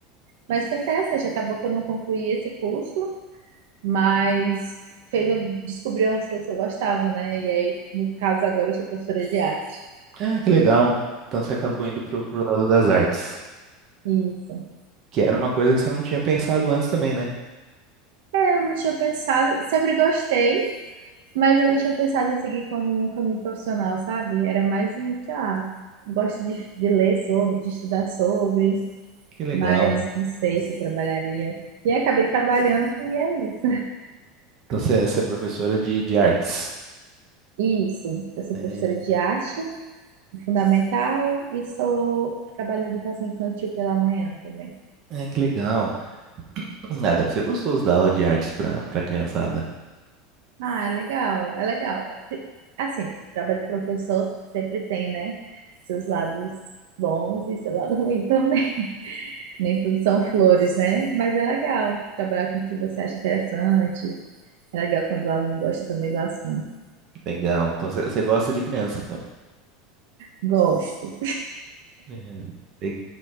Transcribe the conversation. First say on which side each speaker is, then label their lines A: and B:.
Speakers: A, on the right; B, on the right.
A: Mas foi interessante, acabou que eu não concluí esse curso, mas fez eu descobrir umas coisas que eu gostava, né? E aí, no caso agora, eu sou professora de arte.
B: ah, que legal. Então você acabou indo pro, pro lado das artes,
A: Isso.
B: que era uma coisa que você não tinha pensado antes também, né?
A: É, eu não tinha pensado, sempre gostei, mas eu não tinha pensado em seguir como um caminho profissional, sabe? Era mais um, sei lá, gosto de, de ler sobre, de estudar sobre,
B: Que legal.
A: mas não sei se eu trabalharia. E aí acabei trabalhando e é isso.
B: Então você é você é professora de, de artes.
A: Isso, eu sou
B: É,
A: professora de arte fundamental e sou trabalho de educação infantil pela manhã também.
B: é, que legal. Ah, deve ser gostoso dar aula de artes para para criançada.
A: Ah, é legal, é legal. Te- Assim, trabalho de professor sempre tem, né? Seus lados bons e seu lado ruim também. <laughs> Nem tudo são flores, né? Mas é legal trabalhar com o que você acha interessante. É legal quando o aluno gosta também do assunto.
B: Legal. Então você você gosta de criança, então.
A: Gosto.
B: É, le-